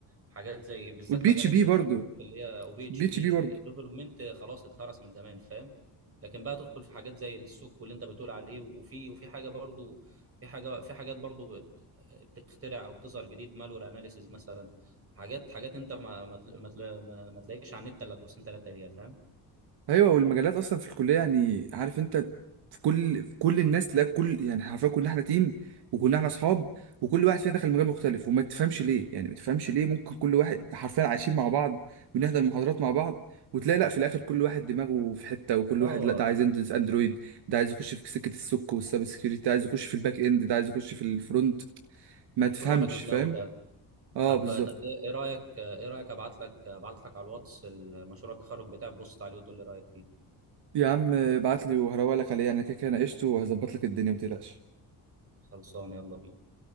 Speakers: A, on the right; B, on the right.
A: حاجات زي بالذات
B: والبي
A: مجالات
B: اتش بي
A: الديفلوبمنت
B: برضه
A: اللي هي او بي اتش
B: بي
A: بي
B: اتش بي
A: الديفلوبمنت
B: برضه
A: خلاص اتهرس من زمان فاهم لكن بقى تدخل في حاجات زي السوق واللي انت بتقول عليه وفي وفي حاجه برضو في حاجه في حاجات برضو بت- بتخترع او بتظهر جديد مالور اناليسيز مثلا حاجات حاجات انت ما ما تل- ما تل- ما- ما تلاقيش على النت الا كورسين ثلاثه ليها فاهم
B: ايوه والمجالات اصلا في الكليه يعني عارف انت في كل في كل الناس تلاقي كل يعني حرفيا كلنا احنا تيم وكلنا احنا اصحاب وكل واحد فينا دخل مجال مختلف وما تفهمش ليه يعني ما تفهمش ليه ممكن كل واحد حرفيا عايشين مع بعض بنحضر محاضرات مع بعض وتلاقي لا في الاخر كل واحد دماغه في حته وكل
A: اه
B: واحد لا ده عايز يندرس اندرويد ده عايز يخش في سكه السوك والسايبر سكيورتي ده عايز يخش في الباك اند ده عايز يخش في الفرونت ما تفهمش
A: كل واحد ودماغه
B: فاهم
A: فعلا
B: اه
A: طب
B: بالظبط
A: طب ايه إيه رايك ايه رايك ابعت لك ابعت لك على الواتس المشروع التخرج بتاعك بص عليه وتقول لي رايك فيه
B: يا عم ابعت لي وهروق لك عليه يعني انا كده كده ناقشته وهظبط لك الدنيا ما تقلقش
A: خلصان يلا بينا